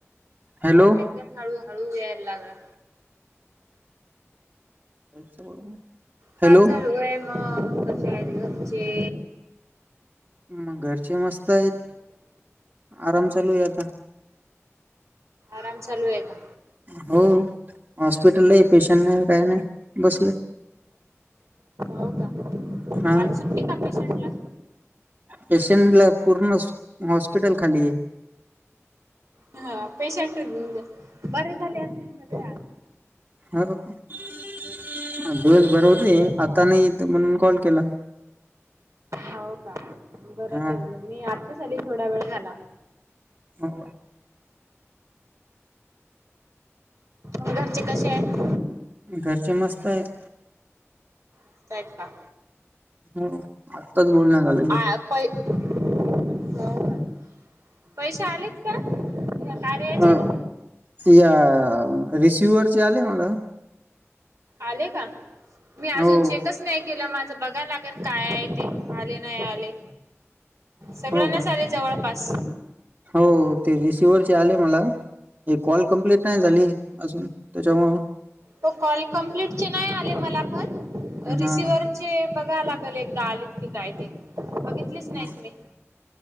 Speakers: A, on the right; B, on the right.
A: हॅलो.
B: एकदम हळू हळू याय लागला
A: <unintelligible>
B: काय
A: हॅलो
B: चालूय मग, कशेयात घरचे?
A: मग घरचे मस्त हायत, आराम चालूय आता
B: आराम चालूय का?
A: हो हॉस्पिटलाही पेशंट नाही काय नाय बसलोय
B: हो का?
A: हा
B: आज सुट्टी का? पेशंटला?
A: पेशंटला पूर्णच हॉस्पिटल खालीय
B: हा पेशंट बरे झाले असतील सगळे आज
A: हो दिवसभर होते,
B: म्हणूनच
A: आता नायी इथं म्हणून कॉल केला
B: हो का बरं
A: हा.
B: केलेलं मी आत्ताच आली थोडा वेळ झाला
A: हो
B: मग घरचे कशेयत?
A: घरचे मस्त हायत
B: मस्तयत का?
A: हो आत्ताच बोलणं झालं.
B: हो का? पैशे आलेत का ह्या कार्याचे?
A: अ या रिसिव्हरचे आले मला
B: आले का, मी अजून
A: हो
B: चेकच नाही केलं माझं बघाय लाग बघन काय ते आले नाय आले सगळ्यांनाच
A: हो का
B: आले जवळपास
A: हो ते रिसिव्हरचे आले मला हे कॉल कंप्लीट नाय
B: हा
A: झाले अजून त्याच्यामुळं
B: तो कॉल कंप्लीट चे नाय आले मला पण रिसिव्हर
A: हा
B: चे बघाय लागल एकदा आलेत की काय ते बघितलीच नाहीत
A: हा
B: मी